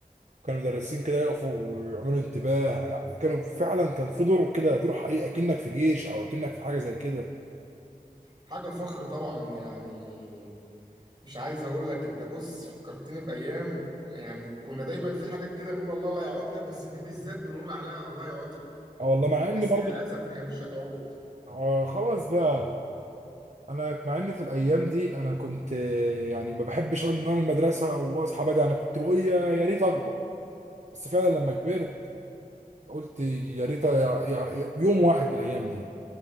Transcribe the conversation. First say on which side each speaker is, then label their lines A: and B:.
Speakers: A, on the right; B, on the right.
A: كان المدرسين كده يقفوا ويعملوا انتباه يعني كانوا فعلا كان في دور كده دور حقيقي اكنك في جيش او اكنك في حاجه زي كده
B: حاجة فخر طبعا يعني مش عايز اقول لك انت بص فكرتني بأيام يعني كنا دايما في حاجات كده نقول الله لا يعودها بس دي بالذات بنقول عليها الله يعودها
A: اه والله مع ان
B: بس
A: برضه
B: للأسف هي مش هتعود
A: آه خلاص بقى انا مع ان في الايام دي انا كنت آه، يعني ما بحبش ان انا المدرسه واصحى بدري انا كنت بقول يا يا ريت اكبر بس فعلا لما كبرت قلت يا ريت يعني يوم واحد من الايام دي